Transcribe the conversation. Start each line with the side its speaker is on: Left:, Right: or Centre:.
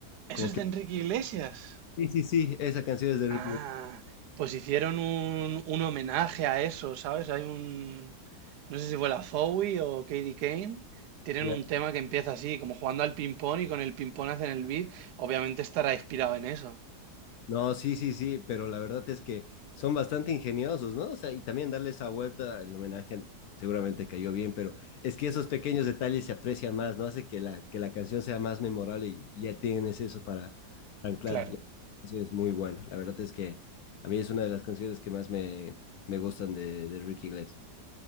Right: ¿Eso
Left: como
Right: es
Left: que,
Right: de Enrique Iglesias?
Left: sí, sí, sí, esa canción es de Ricky
Right: Ah,
Left: Martin.
Right: pues hicieron un, un homenaje a eso, ¿sabes? Hay un, no sé si fue la Fowie o Katie Kane, tienen
Left: ya.
Right: un tema que empieza así, como jugando al ping-pong y con el ping-pong hacen el beat, obviamente estará inspirado en eso,
Left: No, sí, sí, sí, pero la verdad es que son bastante ingeniosos, ¿no? O sea, y también darle esa vuelta, el homenaje seguramente cayó bien, pero es que esos pequeños detalles se aprecian más, ¿no? Hace que la, que la canción sea más memorable y ya tienes eso para anclar.
Right: claro.
Left: Y así es muy buena. La verdad es que a mí es una de las canciones que más me, me gustan de, de Ricky Iglesias.